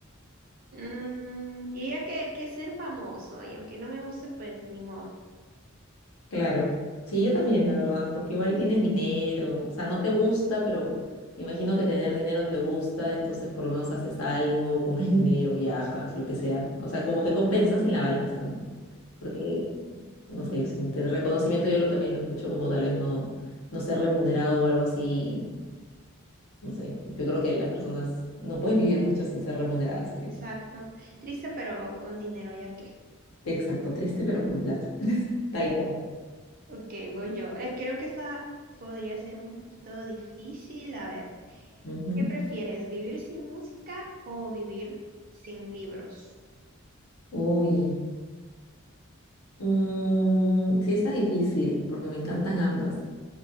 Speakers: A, on the right (about 40°); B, on the left (about 80°).
A: Mm, diría que, que ser famoso, y aunque no me guste, pues ni modo.
B: Claro, sí, yo también, la verdad, porque igual tienes dinero, o sea, no te gusta, pero imagino que tener dinero te gusta, entonces por lo menos haces algo con el dinero, viajas, lo que sea, o sea, como que compensas en la balanza, ¿no? Porque, no sé, sin tener reconocimiento yo lo, también lo escucho como tal vez no, no ser remunerado o algo así, no sé, yo creo que las personas no pueden vivir mucho sin ser remuneradas, así
A: Exacto.
B: que,
A: Triste, pero con dinero, ya que.
B: exacto, triste pero con plata, <laughs> tal cual.
A: Ok, voy yo. Eh, creo que esta podría ser un poquito difícil. A ver,
B: Ujú.
A: ¿qué prefieres, vivir sin música o vivir sin libros?
B: Uy. Mm, sí está difícil, porque me encantan ambas,